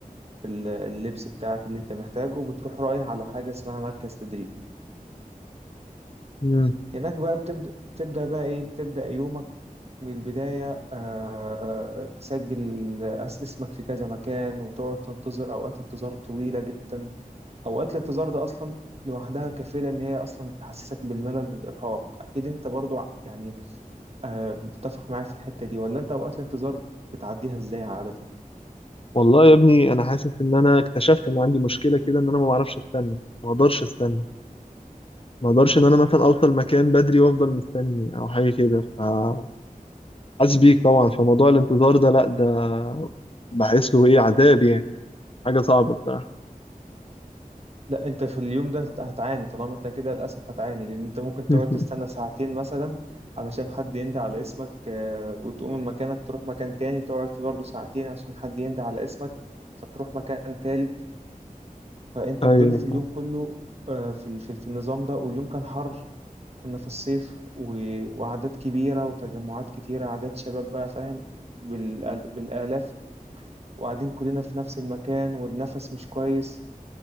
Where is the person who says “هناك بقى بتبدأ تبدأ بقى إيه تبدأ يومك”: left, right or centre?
Right